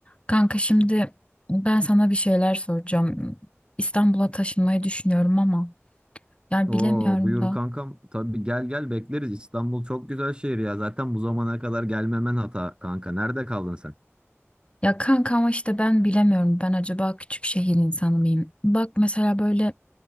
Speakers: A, on the left (about 25°); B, on the right (about 20°).
A: Kanka şimdi ben sana bir şeyler soracağım. İstanbul'a taşınmayı düşünüyorum ama yani
B: Oo,
A: bilemiyorum
B: buyur
A: da.
B: kankam. Tabii gel gel bekleriz. İstanbul çok güzel şehir ya. Zaten bu zamana kadar gelmemen hata kanka. Nerede kaldın sen?
A: Ya kanka ama işte ben bilemiyorum. Ben acaba küçük şehir insanı mıyım? Bak mesela böyle